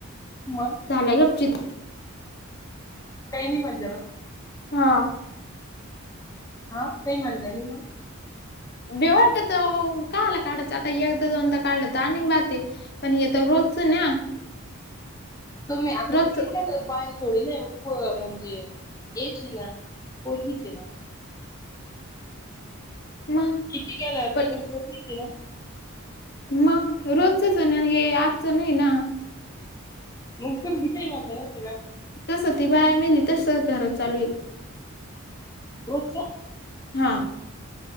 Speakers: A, on the left; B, on the left.
A: मग
B: झाल्या गित
A: काही नाही म्हणलं मग
B: हा
A: हा काही म्हणलं मग
B: बेवाट तर का आलं काढाचं आता एकदा दोनदा काढलं तर आणि बात आहे पण येत रोजच ना
A: तुम्ही आता
B: रोजच
A: किती केलं बा थोडी नाही उप म्हणजे येच आहे ना पलगीच आहे ना
B: मग
A: किती केला अर्थ
B: पण
A: मकर दिस ना
B: मग रोजचच नाही हे आजचं नाही ना
A: मग तुम काही मानताय नव्हं का
B: तर सती बाया मेली तर घरात चालूई
A: होजस
B: हा